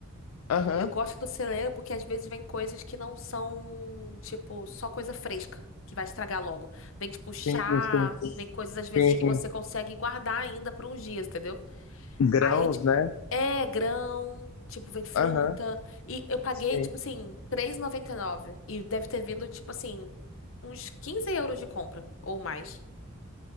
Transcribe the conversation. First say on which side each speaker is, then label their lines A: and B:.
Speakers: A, on the left (about 80°); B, on the left (about 65°).
A: Aham,
B: Eu gosto do celeiro porque às vezes vem coisas que não são, tipo, só coisa fresca, que vai estragar logo. Vem, tipo, chá,
A: Sim, sim,
B: vem coisas às vezes
A: sim.
B: que você consegue guardar ainda por uns dias, entendeu?
A: Grãos,
B: Aí, tipo,
A: né?
B: é grão, tipo, vem fruta.
A: Aham,
B: E eu paguei,
A: sim.
B: tipo assim, 3,99. E noventa e nove e deve ter vindo, tipo assim, uns 15 euros de compra, ou mais.